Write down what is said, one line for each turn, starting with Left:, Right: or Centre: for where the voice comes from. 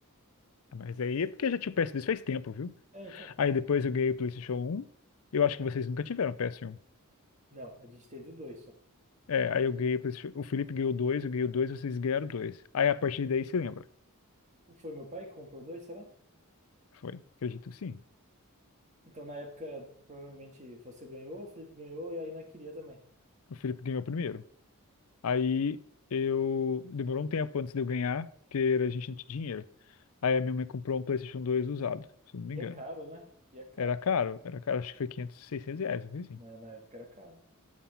Left: Mas aí é porque eu já tinha o PS2 faz tempo, viu?
Right: É, então.
Left: Aí depois eu ganhei o PlayStation 1. Eu acho que vocês nunca tiveram PS1.
Right: Não, a gente teve dois só.
Left: É, aí eu ganhei o PlayStation... O Felipe ganhou dois, eu ganhei o dois, vocês ganharam dois. Aí a partir daí você lembra.
Right: Foi meu pai que comprou dois, será?
Left: Foi, acredito que sim.
Right: Então, na época, provavelmente você ganhou, o Felipe ganhou e a Ina queria também.
Left: O Felipe ganhou o primeiro. Aí eu. Demorou um tempo antes de eu ganhar, porque a gente não tinha dinheiro. Aí a minha mãe comprou um PlayStation 2 usado, se eu não me
Right: E
Left: engano.
Right: é caro, né? E é caro.
Left: Era caro, era caro, acho que foi 500, 600 reais, não foi
Right: Na, na época era caro.